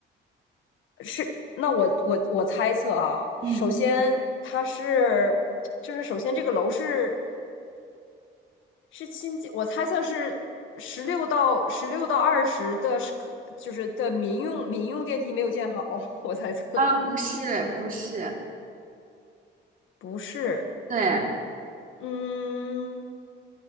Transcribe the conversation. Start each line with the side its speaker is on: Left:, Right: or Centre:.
Left: 是，那我我我猜测啊，
Right: 嗯，
Left: 首先它是，就是首先这个楼是是新建，我猜测是十六到十六到二十的是可，就是的民用民用电梯没有建好，<laughs> 我猜测
Right: 啊，不是不是，
Left: 不是，
Right: 对，
Left: 嗯，